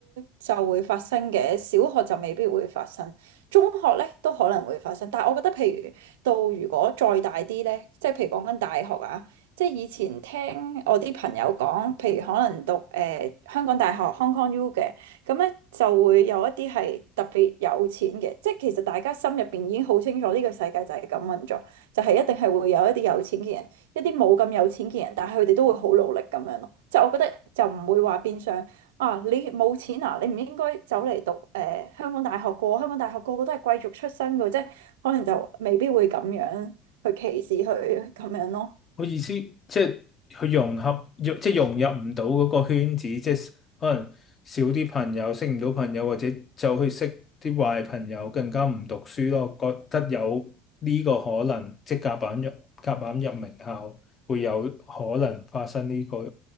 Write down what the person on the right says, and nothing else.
就會發生嘅，小學就未必會發生，中學咧都可能會發生。但係我覺得，譬如到如果再大啲咧，即係譬如講緊大學啊，即係以前聽我啲朋友講，譬如可能讀誒、呃香港大學 Hong Kong U 嘅，咁咧就會有一啲係特別有錢嘅，即係其實大家心入邊已經好清楚呢個世界就係咁運作，就係、一定係會有一啲有錢嘅人。一啲冇咁有錢嘅人，但係佢哋都會好努力咁樣咯。即係我覺得就唔會話變相啊，你冇錢啊，你唔應該走嚟讀誒、呃香港大學個，香港大學個個都係貴族出身嘅，即係可能就未必會咁樣去歧視佢咁樣咯。